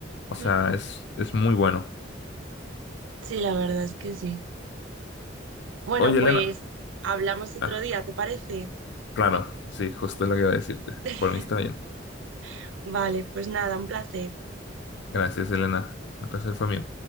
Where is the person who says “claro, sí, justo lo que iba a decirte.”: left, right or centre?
Left